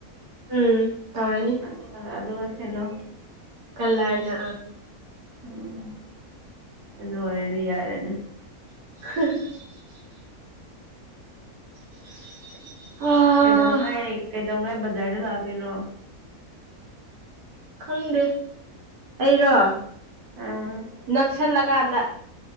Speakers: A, on the right (about 85°); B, on the right (about 70°).
A: ꯎꯝ ꯇꯧꯔꯅꯤ
B: ꯑꯗꯨꯒ ꯑꯗꯨꯒ ꯁꯦꯠꯂꯣ
A: ꯇꯧꯔꯅꯤ
B: ꯎꯝ ꯑꯗꯨ ꯑꯣꯏꯔꯦꯗꯤ ꯌꯥꯔ ꯑꯗꯨ
A: <inaudible> <inaudible> ꯑꯥ
B: ꯀꯩꯗꯧꯉꯥꯏ ꯀꯩꯗꯧꯉꯥꯏ ꯕꯖꯥꯔꯗ ꯂꯥꯛꯇꯣꯏꯔꯣ
A: ꯈꯪꯗꯦ ꯑꯩꯔꯣ
B: ꯑꯥ
A: ꯅꯛꯁꯜꯂ ꯀꯗ